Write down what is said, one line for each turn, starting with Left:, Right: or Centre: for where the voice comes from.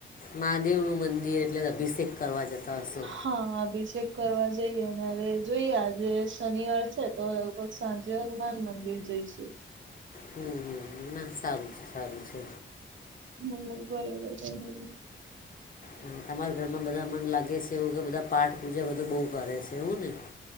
Left: મહાદેવનું મંદિર એટલે અભિષેક કરવા જતા હશો.
Right: હા, હા અભિષેક કરવા જઈએ, અને હવે જોઈએ આજે શનિવાર છે તો સાંજે હનુમાન મંદિર જઈશું.
Left: હમ્મ-હમ્મ ના, સારું છે-સારું છે.
Right: હમ્મ, બરાબર-બરાબર.
Left: હા તમારા ઘરમાં બધા મન લાગે છે, એવું કે બધા પાઠ પૂજા બધું બહુ કરે છે. એવું ને?